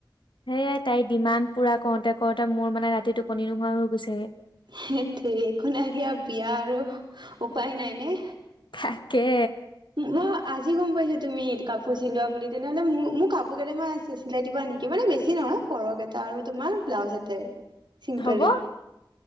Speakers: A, on the left; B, on the right.
A: সেয়ে তাইৰ ডিমাণ্ড পুৰা কৰোতে কৰোতে মোৰ মানে ৰাতিটো টোপনি নোহোৱা হৈ গৈছে।
B: হে তেৰি একো নাই দিয়া বিয়া আৰু। উপায় নাই নে।
A: থাকে।
B: মই আজি গম পাইছো। তুমি কাপোৰ চিলোৱা বুলি তেনেহ'লে মোৰ মোৰ কাপোৰ কেইটামান আছে চিলাই দিবা নেকি মানে বেছি নহয় ফৰক এটা আৰু তোমাৰ ব্লাউজ এটাই? চিংপালি
A: হ'ব